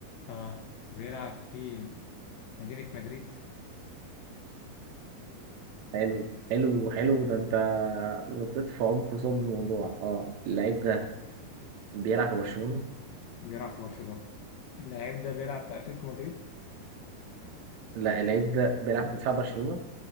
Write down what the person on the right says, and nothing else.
حلو حلو حلو ده انت لطيت في عمق صلب الموضوع اه اللعيب ده بيلعب في برشلونة
لا اللعيب ده بيلعب في دفاع برشلونة